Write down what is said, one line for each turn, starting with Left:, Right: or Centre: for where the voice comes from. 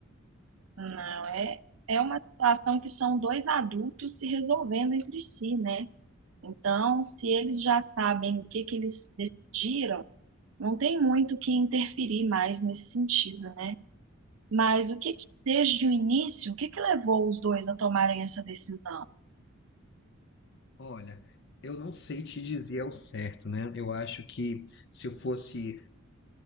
Right: Não, é, é uma situação que são dois adultos se resolvendo entre si, né? Então, se eles já sabem o que que eles decidiram, não tem muito o que interferir mais nesse sentido, né? Mas o que, que desde o início, o que, que levou os dois a tomarem essa decisão?
Left: Olha, eu não sei te dizer ao certo, né? Eu acho que se eu fosse